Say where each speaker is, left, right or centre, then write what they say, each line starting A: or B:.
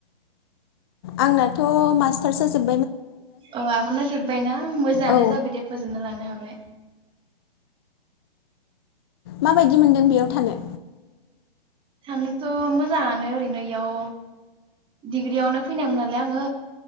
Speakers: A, on the left; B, on the right.
A: आंनाथ' मास्टारसो जोब
B: अ आब'ना जोब्बायना मोजाङानो
A: औ
B: जाबाय दे फोजोबना लानो हाबाय।
A: माबायदि मोनदों बेयाव थानो
B: थानोथ' मोजाङानो ओरैनो इयाव डिग्रियावनो फैनायमोन नालाय आङो